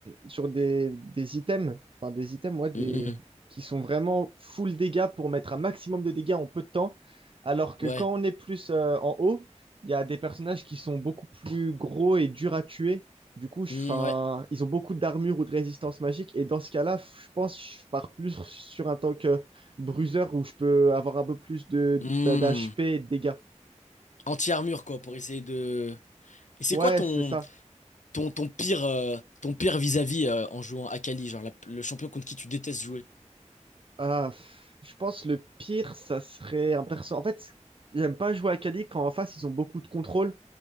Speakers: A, on the right; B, on the left.
A: sur des, des items, enfin des items, ouais, des...
B: Hmm,
A: qui sont vraiment full dégâts pour mettre un maximum de dégâts en peu de temps, alors que
B: ouais.
A: quand on est plus euh, en haut, il y a des personnages qui sont beaucoup plus gros et durs à tuer. Du coup, je,
B: Hmm,
A: 'fin,
B: ouais.
A: ils ont beaucoup d'armure ou de résistance magique, et dans ce cas-là, je pense que je pars plus sur un tank euh, bruiser où je peux avoir un peu plus de
B: Hmm.
A: d'HP et de dégâts.
B: Anti-armure quoi pour essayer de. Et c'est
A: Ouais,
B: quoi ton,
A: c'est ça.
B: ton, ton pire euh, ton pire vis-à-vis euh, en jouant Akali, genre la- le champion contre qui tu détestes jouer?
A: Ah, pff, je pense le pire, ça serait un perso. En fait, j'aime pas jouer à Kali quand en face ils ont beaucoup de contrôle.